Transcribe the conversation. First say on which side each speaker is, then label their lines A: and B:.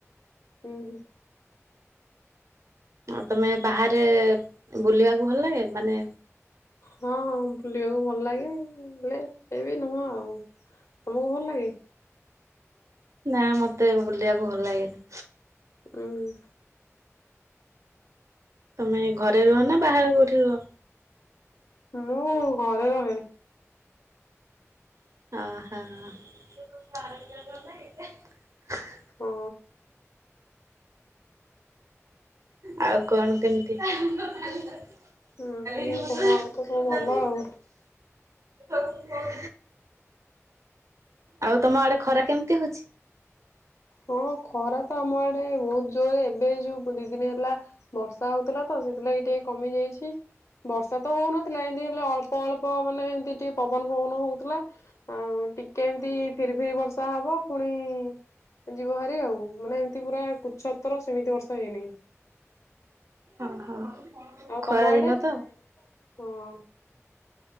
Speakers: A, on the left (about 75°); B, on the right (about 75°).
A: ହୁଁ ହୁଁ
B: ଆଉ ତମେ ବାହାରେ ବୁଲିବାକୁ ଭଲ ଲାଗେ ମାନେ
A: ହଁ ବାକୁ ଭଲ ଲାଗେ ହେଲେ ଏ ବି ନୁହଁ। ଆଉ ତମକୁ ଭଲ ଲାଗେ?
B: ନା ମତେ ବୁଲିବାକୁ ଭଲ ଲାଗେନି।
A: ହୁଁ
B: ତମେ ଘରେ ରୁହ ନା ବାହାର କୋଉଠି ରୁହ?
A: ମୁଁ ଘରେ ରହେ।
B: ହ ହ।
A: ହଁ।
B: ଆଉ କଣ କେମ୍ ତି <unintelligible>
A: ବାକି ଆଉ କଣ ଆଉ ତ ସବୁ ଭଲ ଆଉ
B: ଆଉ ତମ ଆଡେ ଖରା କେମିତି ହୋଉଚି?
A: ହଁ ଖରା ତ ଆମଆ ବ ବୋହୁତ୍ ଜୋର୍ ବେ ଯୋଉ ଦି ଦିନି ହେଲା ବର୍ଷା ହୋଉଥୁଲା ତ ସେଥିଲାଗି ଟିକେ କମି ଯାଇଛି। ବର୍ଷା ତ ହୋଉନଥିଲା ଏତି ହେଲେ ଆଟା ଏଳେ ପ ମାନେ ଏମିତି ଟିକେ ପବନ୍ ଫବନ୍ ହୋଉ ତୁଲା ଆଉ ଟିକେ ଏମିତି ଫିରି ଫିରି ବର୍ଷା ହବ ପୁଣି ଇ-ଇ-ଇ ଯିବ ଭାରି ଆଉ ମାନେ ଏମିତି ପୁରା କୁଛ ତର ସେମିତି ବର୍ଷା ହୋଇନାହିଁ
B: ଓହୋ
A: ଆଉ
B: ଖରାଦିନ
A: ତମ ଆଡେ
B: ତ
A: ହଁ।